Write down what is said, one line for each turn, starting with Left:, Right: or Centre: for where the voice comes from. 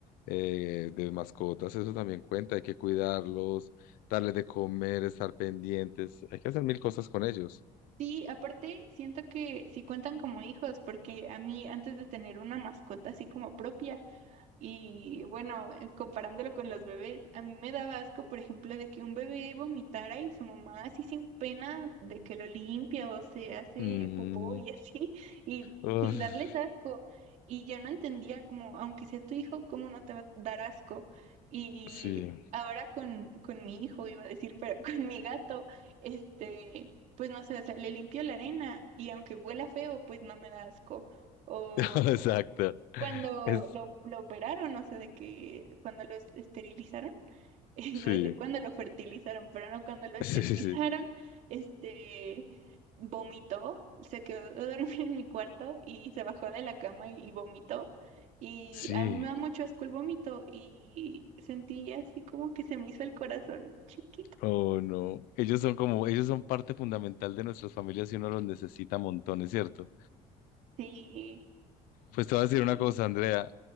Left: eh, de mascotas, eso también cuenta, hay que cuidarlos, darles de comer, estar pendientes, hay que hacer mil cosas con ellos.
Right: Sí, aparte siento que sí cuentan como hijos, porque a mí antes de tener una mascota así como propia, y bueno, eh, comparándolo con los bebés, a mí me daba asco, por ejemplo, de que un bebé vomitara y su mamá así sin pena de que lo limpia o se hace
Left: Ujú.
Right: popó y <laughs> así, y
Left: Uf,
Right: sin darles asco. Y yo no entendía como, aunque sea tu hijo, ¿cómo no te va a dar asco? Y
Left: sí,
Right: ahora con, con mi hijo, iba a decir, pero <laughs> con mi gato, este, pues no sé, o sea, le limpio la arena y aunque huela feo, pues no me da asco. O
Left: <laughs> exacto.
Right: cuando
Left: Es,
Right: lo, lo operaron, o sea, de que cuando lo es- esterilizaron, <laughs> iba
Left: sí,
Right: a decir cuando lo fertilizaron, pero no cuando lo esterilizaron,
Left: <laughs> sí, sí, sí.
Right: este, vomitó, se quedó a dormir en mi cuarto y se bajó de la cama y, y vomitó. Y
Left: Sí.
Right: a mí me da mucho asco el vómito y sentí así como que se me hizo el corazón chiquito.
Left: Oh, no. Ellos son como, ellos son parte fundamental de nuestras familias y uno los necesita montones, ¿cierto?
Right: Sí,
Left: Pues te voy a decir
Right: sí,
Left: una cosa, Andrea.